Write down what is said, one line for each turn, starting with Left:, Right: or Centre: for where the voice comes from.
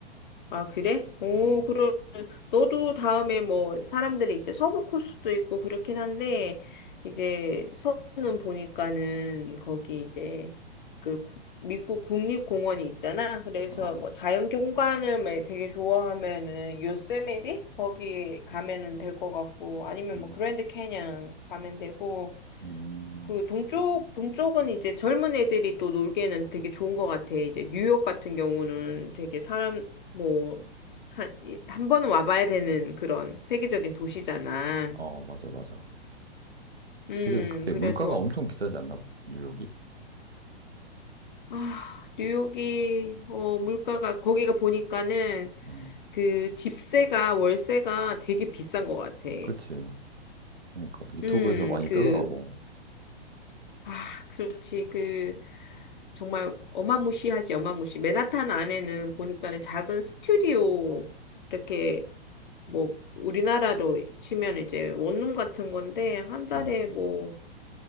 Left: 아, 그래? 오,
Right: 음,
Left: 그럼 너도 다음에 뭐 사람들이 이제 서부 코스도 있고 그렇긴 한데 이제 서부는 보니까는 거기 이제 그 구- 미국 국립공원이 있잖아. 그래서
Right: 아,
Left: 뭐 자연 경관을 막 되게 좋아하면은 요세미티 거기 가면은 될 것 같고 아니면
Right: 음,
Left: 뭐 그랜드 캐년 가면 되고
Right: 음,
Left: 그 동쪽 동쪽은 이제 젊은 애들이 또 놀기에는 되게 좋은 것 같아. 이제 뉴욕 같은 경우는 되게 사람 뭐 한, 한 번은 와봐야 되는 그런 세계적인 도시잖아.
Right: 아, 맞아, 맞아.
Left: 음,
Right: 되게 그때
Left: 그래서
Right: 물가가 엄청 비싸지 않나, 뉴욕이?
Left: 아, 뉴욕이 어 물가가 거기가 보니까는
Right: 어,
Left: 그 집세가 월세가 되게 비싼 것 같아.
Right: 그치. 그러니까 유튜브에서
Left: 음,
Right: 많이
Left: 그
Right: 뜨더라고.
Left: 아, 그렇지. 그, 정말 어마무시하지, 어마무시. 맨하탄 안에는 보니까는 작은 스튜디오, 이렇게, 뭐, 우리나라로 치면 이제 원룸 같은 건데, 한 달에
Right: 어.
Left: 뭐,